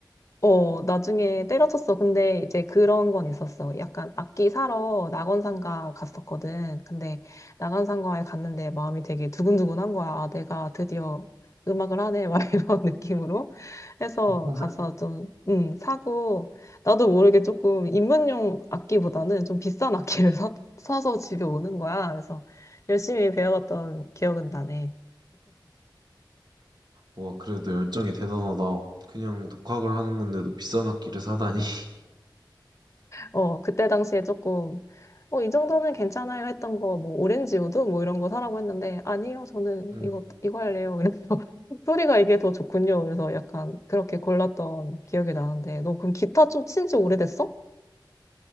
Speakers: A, on the left; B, on the right.
A: 어, 나중에 때려쳤어. 근데 이제 그런 건 있었어. 약간 악기 사러 낙원상가 갔었거든. 근데 낙원상가에 갔는데 마음이 되게 두근두근한 거야. 아, 내가 드디어 음악을 하네. 막 <laughs> 이런 느낌으로 해서
B: <laughs>
A: 가서 좀, 음, 사고, 나도 모르게 조금 입문용 악기보다는 좀 비싼 악기를 사, 사서 집에 오는 거야. 그래서 열심히 배워갔던 기억은 나네.
B: 와, 그래도 열정이 대단하다. 그냥 독학을 하는 건데도 비싼 악기를 사다니. <laughs>
A: 어, 그때 당시에 조금, 어, 이 정도는 괜찮아요 했던 거, 뭐, 오렌지우드 뭐 이런 거 사라고 했는데, 아니요, 저는
B: 음,
A: 이거, 이거 할래요. 그래서 <laughs> 소리가 이게 더 좋군요. 그래서 약간 그렇게 골랐던 기억이 나는데, 너 그럼 기타 좀 친지 오래됐어?